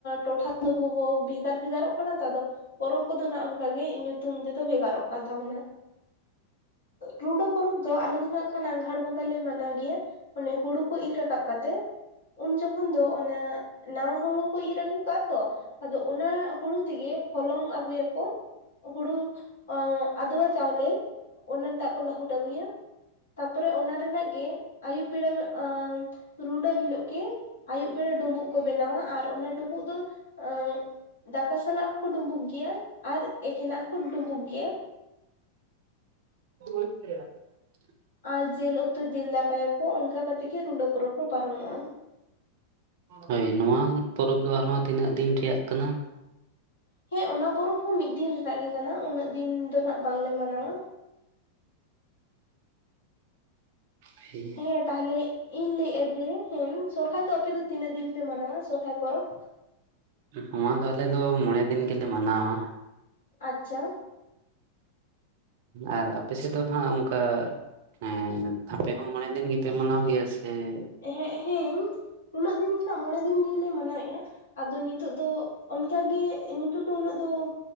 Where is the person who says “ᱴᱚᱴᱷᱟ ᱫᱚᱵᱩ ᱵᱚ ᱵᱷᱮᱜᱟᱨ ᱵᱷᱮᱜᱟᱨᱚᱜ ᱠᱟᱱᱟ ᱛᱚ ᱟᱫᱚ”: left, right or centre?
Left